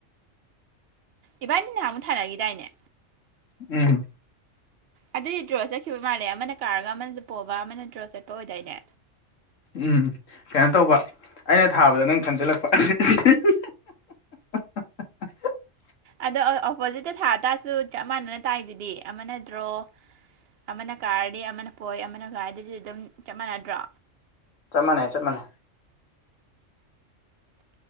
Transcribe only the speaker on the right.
ꯏꯕꯥꯅꯤ ꯅꯍꯥꯟꯃꯨꯛ ꯊꯥꯅꯒꯤꯗꯥꯏꯅꯦ
ꯑꯗꯨꯗꯤ ꯗ꯭ꯔꯣ ꯆꯠꯈꯤꯕ ꯃꯥꯜꯂꯦ ꯑꯃꯅ ꯀꯥꯔꯒ ꯑꯃꯅ ꯄꯣꯕ ꯑꯃꯅ ꯗ꯭ꯔꯣ ꯆꯠꯄ ꯑꯣꯏꯗꯥꯏꯅꯦ
ꯑꯗꯣ ꯑꯣꯄꯣꯖꯤꯠꯇ ꯊꯥꯇꯥꯔꯁꯨ ꯆꯞ ꯃꯅꯅ ꯇꯥꯏꯗꯨꯗꯤ ꯑꯃꯅ ꯗ꯭ꯔꫭ ꯑꯃꯅ ꯀꯥꯔꯗꯤ ꯑꯃꯅ ꯄꯣꯏ ꯑꯃꯅ ꯀꯔꯗꯤ ꯑꯗꯨꯝ ꯆꯞ ꯃꯥꯟꯅꯗ꯭ꯔꯣ